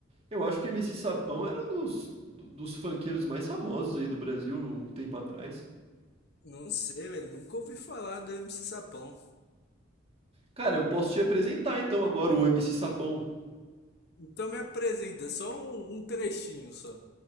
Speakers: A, on the right; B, on the left.
A: Eu acho que MC Sapão era um dos, do- dos funkeiros mais famosos aí do Brasil num tempo atrás.
B: Não sei, velho. Nunca ouvi falar do MC Sapão.
A: Cara, eu posso te apresentar então agora o MC Sapão.
B: Então me apresenta só um, um trechinho só,